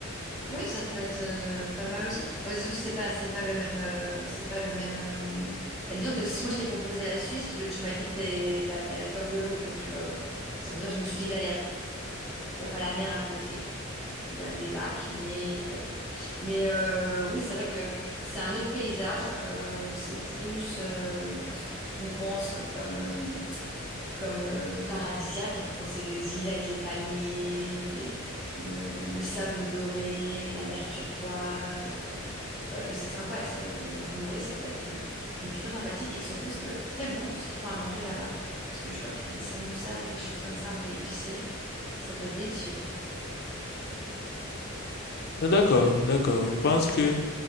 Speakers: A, in the centre; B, on the left (about 50°).
A: Oui, ça peut être euh, pas mal aussi. Bon, disons, que c'est pas, c'est pas le même, euh, c'est pas le même. euh, bah, disons que si moi je t'ai proposé la Suisse parce que tu m'as dit que t'es- t'as- t'avais peur de l'eau, donc euh, c'est pour ça que je me suis dit là, il y a, il y a pas la mer à côté. Il y a des lacs, mais bon. Mais euh, oui, c'est vrai que c'est un autre paysage. euh, c'est plus euh, bah, ce ce qu'on pense comme, euh, comme euh, paradisiaque, quand c'est les îles avec les palmiers, les- le, le sable doré, la mer turquoise. euh, c'est vrai que c'est sympa. Et c'est vrai que l'île Maurice, ça doit être une, une île très sympathique. Et surtout, ça doit être très bon tout ce qu'ils font à manger là-bas. Parce que je crois qu'ils font des samoussas et des choses comme ça un peu épicées. Ça doit être délicieux.
B: Ah, D'accord, d'accord. Je pense que